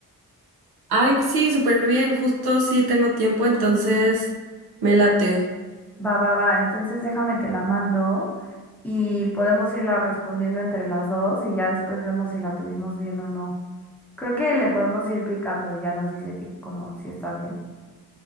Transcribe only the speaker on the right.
Ay, sí, súper bien, justo sí tengo tiempo, entonces me late.